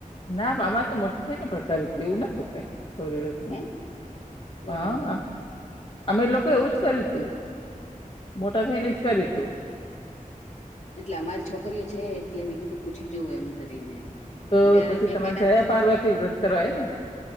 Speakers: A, on the left; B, on the left.
A: ના અમાર તો મોટું થઈ ને પણ કર્યું એવું નતુંઈ
B: એમ બરોબર
A: માં હ અમે લોકો એવું જ કર્યું તું મોટા થઈને જ કર્યું તું
B: એટલે અમારી છોકરીઓ છે એટલે મે કીધું પૂછી જોવું એમ કરીને
A: તો
B: ત્યારે
A: પછી
B: મે
A: તમારે
B: પેલા
A: જયા પાર્વતી વ્રત કર હોય ને